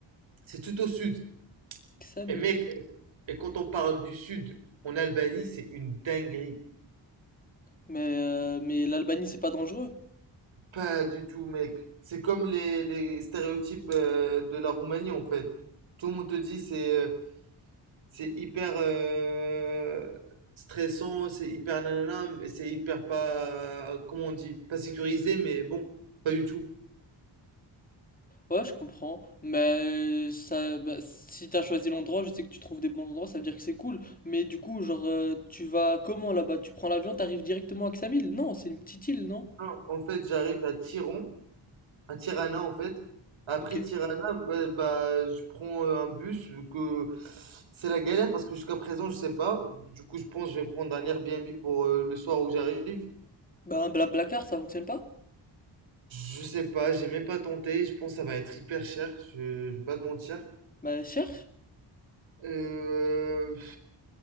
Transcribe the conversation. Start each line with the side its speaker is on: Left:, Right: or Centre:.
Right: c'est tout au sud.
Left: Ksamil.
Right: Et mec, et quand on parle du sud en Albanie, c'est une dinguerie.
Left: Mais, euh, mais l'Albanie, c'est pas dangereux.
Right: Pas du tout, mec. C'est comme les, les stéréotypes euh, de la Roumanie en fait. Tout le monde te dit c'est euh, c'est hyper euh, stressant, c'est hyper nanana, mais c'est hyper pas, euh, comment on dit, pas sécurisé, mais bon, pas du tout.
Left: Ouais, je comprends. Mais ça, bah, si t'as choisi l'endroit, je sais que tu trouves des bons endroits, ça veut dire que c'est cool. Mais du coup, genre, euh, tu vas comment là-bas? Tu prends l'avion, t'arrives directement à Ksamil? Non, c'est une petite île, non?
Right: Non, en fait, j'arrive à Tiron, à Tirana en fait. Après
Left: Ok.
Right: Tirana, ouais, bah, je prends euh, un bus, vu que c'est la galère parce que jusqu'à présent, je sais pas. Du coup, je pense que je vais prendre un Airbnb pour euh, le soir où j'arrive.
Left: Bah, un Blablacar, ça fonctionne pas?
Right: Je sais pas, j'ai même pas tenté. Je pense que ça va être hyper cher, je, je vais pas te mentir.
Left: Bah, cherche.
Right: Euh,